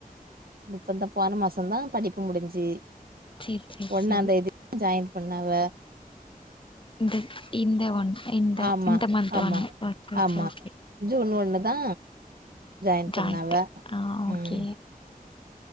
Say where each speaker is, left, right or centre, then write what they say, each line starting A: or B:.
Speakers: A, on the right (about 75°); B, on the left (about 35°).
A: இப்ப இந்த போன மாசந்தா படிப்பு முடிஞ்சி
B: சேரி சேரி
A: ஒன்னாம்
B: சேரி
A: தேதி ஜாயின் பண்ணாவ
B: இந்த இந்த ஒன் இந்த
A: ஆமா
B: இந்த மன்த்
A: ஆமா
B: ஒன்
A: ஆமா
B: <inaudible>
A: ஜூன் ஒண்ணுதா ஜாயின் பண்ணாவ
B: ஜாயிண்ட் ஆ ஓகே
A: ம்